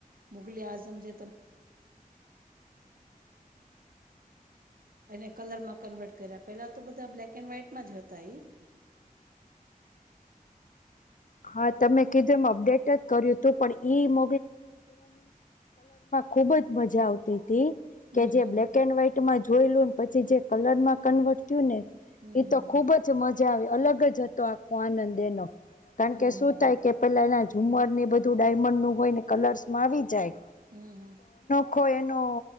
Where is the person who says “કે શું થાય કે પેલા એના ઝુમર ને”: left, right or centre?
Left